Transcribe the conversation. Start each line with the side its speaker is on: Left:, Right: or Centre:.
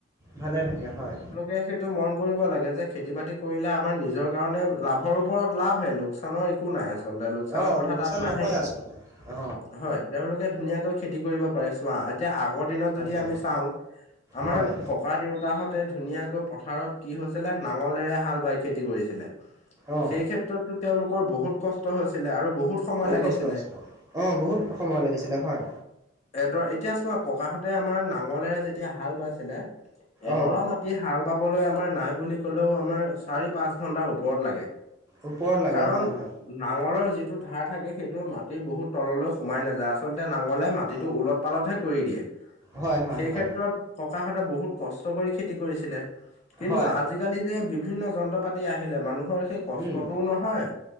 Right: ভালে থাকে হয়
Left: তেওঁলোকে সেইটো মন কৰিব লাগে যে খেতি-বাতি কৰিলে আম আমাৰ নিজৰ কাৰণে লাভৰ ওপৰত লাভ হে লোক চানৰ একো নাই, আচলতে লোকচানৰ
Right: অ
Left: কথা
Right: লোকচান
Left: তাত নাহেই।
Right: নহয় আচলতে অ
Left: হয়, তেওঁলোকে ধুনীয়াকৈ খেতি কৰিব পাৰে চোৱা, এতিয়া আগৰ দিনত
Right: ভালে
Left: যদি আমি
Right: অ
Left: চাওঁ আমাৰ
Right: হয়
Left: ককা -দেউতাহঁতে ধুনীয়াকৈ পথাৰত কি হৈছিলে নাঙলেৰে হাল বাই খেতি কৰিছিলে
Right: অ
Left: সেই ক্ষেত্ৰতটো তেওঁলোকৰ বহুত কষ্ট হৈছিলে আৰু বহুত সময় লাগিছিলে
Right: কষ্ট হৈছিলে
Left: <inaudible>
Right: অ বহুত সময় লাগিছিলে হয়
Left: এডৰ এতিয়া চোৱা, ককাহঁতে আমাৰ নাঙলেৰে যেতিয়া হালবাইছিলে এডৰা
Right: অ
Left: মাটিয়ে হাল বাবলৈ আমাৰ নাই বুলি ক'লেও আমাৰ চাৰি- পাঁচ ঘণ্টাৰ ওপৰত লাগে
Right: ওপৰত লাগে
Left: কাৰণ
Right: হয় হয়
Left: নাঙলৰ যিটো ধাৰ থাকে সেইটো মাটিৰ বহুত তললৈ সোমাই নাযায় আচলত তে নাঙলে মাটিটো
Right: অ
Left: ওলট -পালতহে কৰি দিয়ে।
Right: হয় হয়
Left: সেই
Right: হয়
Left: ক্ষেত্ৰত ককাহঁতে বহুত কষ্ট কষ্ট কৰি খেতি কৰিছিলে। কিন্তু
Right: হয়
Left: আজি-কালি যে বিভিন্ন যন্ত্ৰ-পাতি আহিলে। মানুহ হৰ সেই কষ্টটোও
Right: উম
Left: নহয়